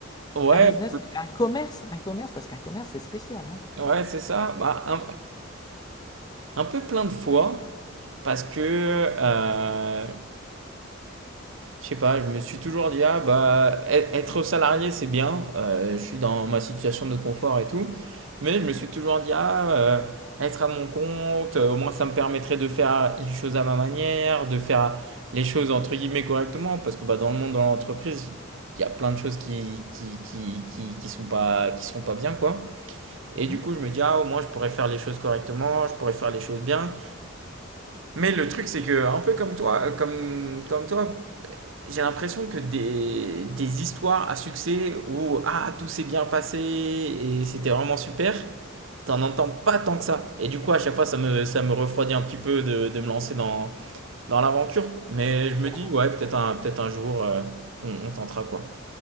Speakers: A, on the right; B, on the left.
A: ouais,
B: un business, un commerce, un commerce, parce qu'un commerce, c'est spécial,
A: ouais, c'est ça. Bah, un, un peu plein de fois, parce que euh, Je sais pas, je me suis toujours dit, ah bah, e- être salarié, c'est bien, euh, je suis dans ma situation de confort et tout, mais je
B: hein.
A: me suis toujours dit, ah, euh, être à mon compte, euh, au moins ça me permettrait de faire les choses à ma manière, de faire les choses entre guillemets correctement, parce que bah, dans le monde, dans l'entreprise, il y a plein de choses qui, qui, qui, qui, qui sont pas, qui sont pas bien, quoi.
B: Mhm.
A: Et du coup, je me dis, ah, au moins je pourrais faire les choses correctement, je pourrais faire les choses bien. Mais le truc, c'est que, un peu comme toi, euh, comme, comme toi, j'ai l'impression que des, des histoires à succès où ah, tout s'est bien passé et c'était vraiment super, t'en entends pas tant que ça. Et du coup, à chaque fois, ça me, ça me refroidit un petit peu de, de me lancer dans, dans l'aventure. Mais je me
B: Et,
A: dis,
B: euh,
A: ouais, peut-être un, peut-être un jour, euh, on, on tentera quoi.